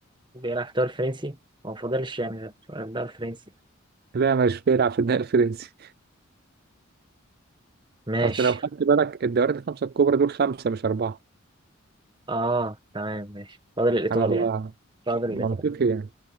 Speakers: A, on the right (about 25°); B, on the right (about 50°).
A: بيلعب في الدوري الفرنسي هو فاضلش يعني غير الدوري الفرنسي
B: لا مش بيلعب في الدوري الفرنسي
A: ماشي
B: <laughs> اصل لو خدت بالك الدوريات الخمسة الكبرى دول خمسة مش أربعة
A: اه تمام ماشي فاضل الإيطالي
B: سبحان الله
A: يعني فاضل
B: منطقي
A: الإيطالي
B: يعني